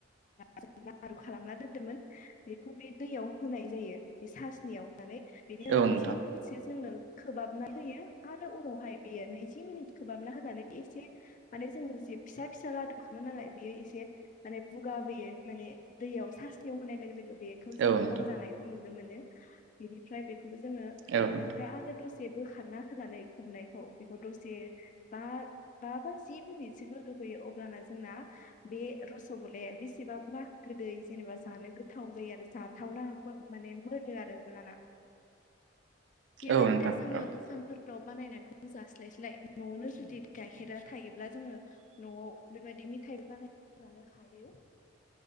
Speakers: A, on the left (about 40°); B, on the right (about 70°).
A: <unintelligible> लारु खालामना दोन्दोंमोन बेखौ बे दैयाव होनाय जायो बे सासनियाव होनानै बिदि <unintelligible>
B: औ
A: मिथियो
B: नोंथां
A: जोङो खोबहाबना होयो आरो उनावहाय बेयो नैजि मिनिट खोबहाबना होनानै बे एसे माने जोंङो जे फिसा फिसा लादु खालामो नालाय बेयो एसे माने बुगाबोयो माने दैयाव नियाव होनाय लोगो लोगो बेखौ जोङो
B: औ नोंथां
A: अरगानाय नुनो मोनो बेनिफ्राय बे खौ जोङो
B: औ
A: उनावहाय
B: नोंथां
A: आरो दसे दसे बोखारना होनानै खोबनायखौ बेखौ दसे बा बा बा जि मिनिटसो गोदौहोयो अब्लाना जोंना बे रस'गल्लाया बेसेबांबा गोदै जेनेबा जानो गोथाव जायो आरो जाथावना माने मोनो आरो अब्लाना बेबायदिथ
B: औ नोंथां
A: जोङो
B: औ
A: दखानफोर फोराव बानायनायखौ जास्लायस्लाय न'आवनो जुदि गाइखेरा थायोब्ला जोङो न'आव बेबायदि मेथायाइबो बानाय जानो हायो